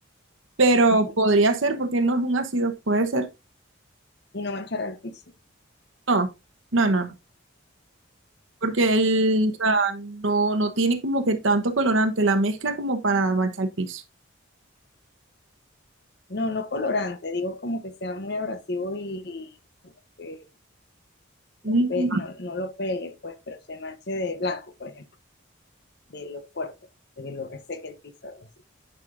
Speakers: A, on the right (about 75°); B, on the left (about 55°).
A: Pero
B: ujú.
A: podría ser porque no es un ácido, puede ser.
B: Y no manchar el piso.
A: No, no, no, no. Porque el, o sea, no, no tiene como que tanto colorante la mezcla como para manchar el piso.
B: No, no colorante, digo como que sea muy abrasivo y como que
A: Mm,
B: no pe- no, no lo pele, pues, pero se manche de blanco, por ejemplo, de lo fuerte, de que lo reseque el piso, algo así.